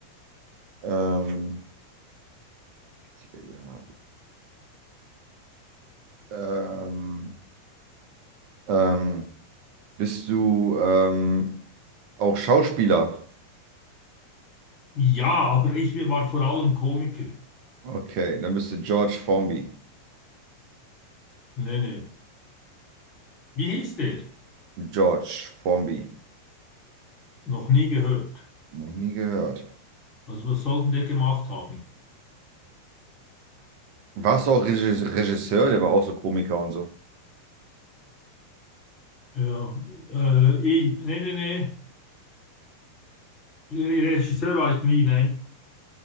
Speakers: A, on the right; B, on the left.
A: ähm, 60 Jahre. Ähm, ähm, bist du ähm, auch Schauspieler?
B: Ja, aber ich war vor allem Komiker.
A: Okay, dann bist du George Formby.
B: Nee, nee. Wie hieß der?
A: George Formby.
B: Noch nie gehört.
A: Noch nie gehört.
B: Was, was soll denn der gemacht haben?
A: Warst du auch Regis- Regisseur? Der war auch so Komiker und so.
B: Ja, äh, ich, nee, nee, nee. Regisseur war ich nie, nein.